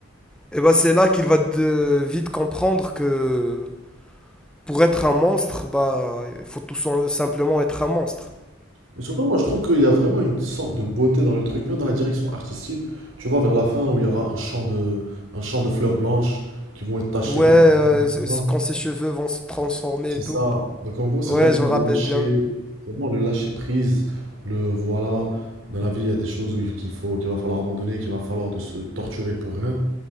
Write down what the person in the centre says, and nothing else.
Et bah c'est là qu'il va de- vite comprendre que pour être un monstre, bah il faut tout sim- simplement être un monstre.
Ouais,
euh,
c-
quand ses cheveux vont se transformer
et
tout.
Ouais,
je
me rappelle
bien.